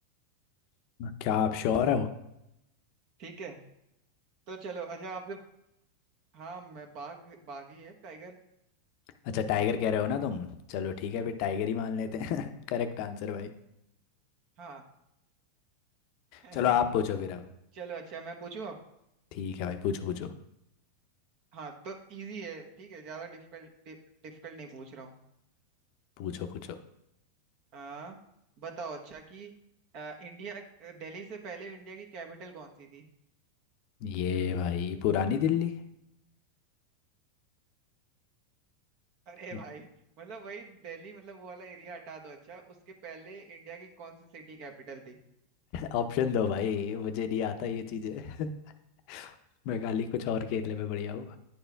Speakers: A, on the left; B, on the right.
A: क्या आप श्योर हो
B: ठीक है तो चलो अच्छा आपने हाँ मैं बाघ बाघ ही है टाइगर
A: अच्छा टाइगर कह रहे हो ना तुम चलो ठीक है फिर टाइगर ही मान लेते हैं <laughs> करेक्ट आंसर भाई
B: हाँ <laughs>
A: चलो आप पूछो फिर अब
B: चलो अच्छा मैं पूछूं अब
A: ठीक है भाई पूछो पूछो
B: हाँ तो इजी है ठीक है ज्यादा डिफिकल्ट डिफिकल्ट नहीं पूछ रहा हूँ
A: पूछो पूछो
B: आ, बताओ अच्छा कि अ, इंडिया अ, दिल्ली से पहले इंडिया की कैपिटल कौन सी थी
A: ये भाई पुरानी दिल्ली
B: अरे
A: <laughs>
B: भाई मतलब वही दिल्ली मतलब वो वाला एरिया हटा दो अच्छा उसके पहले इंडिया की कौन सी सिटी कैपिटल थी
A: ऑप्शन दो भाई मुझे नहीं आता ये चीजें <laughs> मैं खाली कुछ और खेलने में बढ़िया हूँ